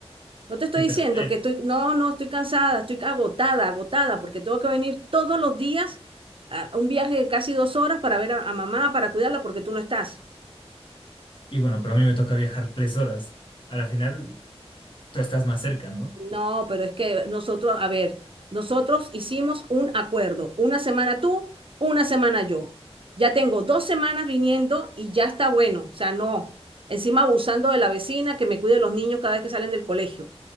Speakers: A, on the right; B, on the left.
A: No te estoy
B: sí, pero...
A: diciendo
B: eh,
A: que estoy, no, no, estoy cansada, estoy agotada, agotada, porque tengo que venir todos los días a un viaje de casi dos horas para ver a, a mamá, para cuidarla, porque tú no estás.
B: y bueno, pero a mí me toca viajar tres horas. A la final, tú estás más cerca, ¿no?
A: No, pero es que nosotros, a ver, nosotros hicimos un acuerdo, una semana tú, una semana yo. Ya tengo dos semanas viniendo y ya está bueno, o sea, no. Encima abusando de la vecina que me cuide los niños cada vez que salen del colegio.